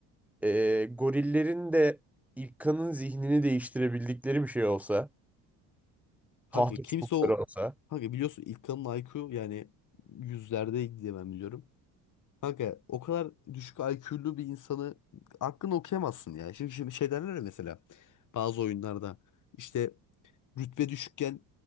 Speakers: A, in the centre; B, on the left.
A: e, gorillerin de İlkan'ın zihnini değiştirebildikleri bir şey olsa,
B: Kanka
A: tahta
B: kimse
A: çubukları
B: o
A: olsa.
B: kanka biliyorsun ilk İlkan'ın IQ yani yüzlerde diye ben biliyorum. Kanka o kadar düşük IQ'lu bir insanı aklını okuyamazsın ya. Şimdi, şimdi şey derler ya mesela bazı oyunlarda işte rütbe düşükken